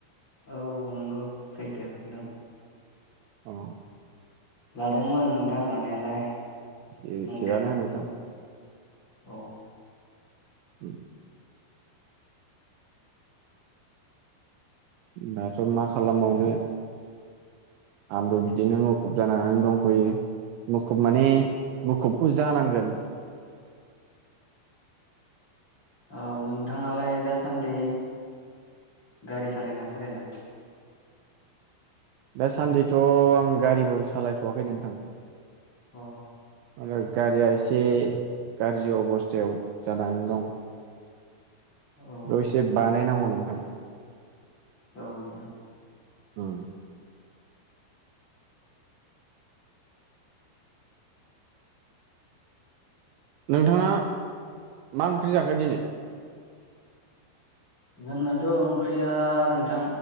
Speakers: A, on the left; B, on the right.
A: औ नंगौ सैथो नोंथां।
B: औ
A: लादोंमोन नोंथां लानायालाय।
B: थि-थिगानो
A: मुं थिसनदोंमोन
B: नोंथां।
A: औ
B: उम दाथ' मा खालामबावनो आंबो बिदिनो मुखुब जानानै दंफैयो मु खुब माने मुखुबखौ जो जानांगोन।
A: औ नोंथाङालाय दासान्दि गारि सालाय ना सालायला?
B: दासान्दिथ' आं गारिखौ सालायथ'वाखै नोंथां।
A: अ
B: आरो गारिया इसे गारजि अबस्थायाव जानानै दं।
A: औ नोंथां
B: बेव इसे बानायनांगौ नो थां
A: औ नोंथां।
B: औ नोंथाङा मा ओंख्रि जाखो दिनै?
A: जोंनाथ' ओंख्रिया नोंथां